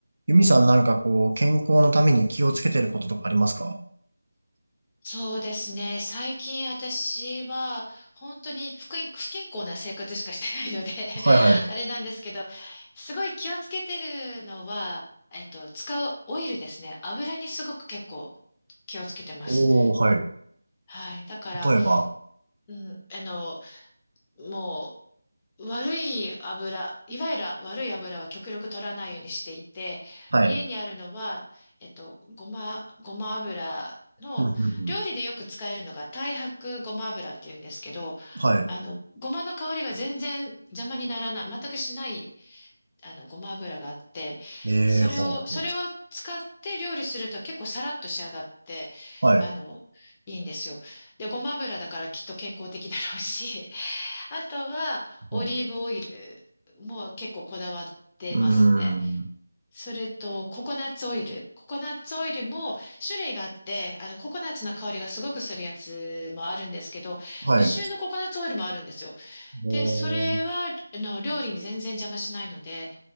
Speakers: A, on the right; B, on the left.
A: ユミさんなんかこう、健康のために気をつけてることとかありますか
B: そうですね。最近私は本当に不健、不健康な生活しかしてないので
A: はいはい。
B: <laughs> あれなんですけど、すごい気をつけてるのは、えっと、使うオイルですね。油にすごく結構気をつけてます。
A: おー、はい。
B: はい。だから、
A: 例えば、
B: うん、あの、もう悪い油、いわゆる悪い油は極力取らないようにしていて、
A: はい。
B: 家にあるのは、えっと、ごま、ごま油の、
A: ふんふんふん。
B: 料理でよく使えるのが太白ごま油っていうんですけど、
A: はい。
B: あの、ごまの香りが全然邪魔にならない、全くしない、あの、ごま油があって、
A: えー、
B: それを、
A: ほうほう。
B: それを使って料理すると結構サラッと仕上がって、
A: はい。
B: あの、いいんですよ。で、ごま油だからきっと健康的だろうし、あとは、
A: ほう。
B: オリーブオイルも結構こだわってますね。
A: うーん。
B: それと、ココナッツオイル。ココナッツオイルも種類があって、あの、ココナッツの香りがすごくするやつもあるんですけど、
A: はい。
B: 無臭のココナッツオイルもあるんですよ。
A: お
B: で、それは、
A: ー、
B: あの、料理に全然邪魔しないので、